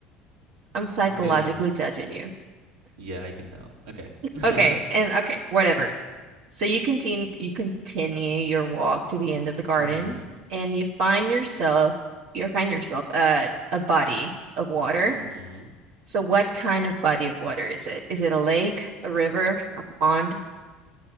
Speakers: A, on the right; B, on the right.
A: <laughs>
B: I'm psychologically
A: I'm kidding.
B: judging you.
A: Yeah, I can tell. Okay. <laughs>
B: Okay, and okay, whatever. So you continue you continue your walk to the end of the garden
A: mm-hmm.
B: and you find yourself you find yourself at a body of water.
A: Mm-hmm.
B: So what kind of body of water is it? Is it a lake, a river, a pond,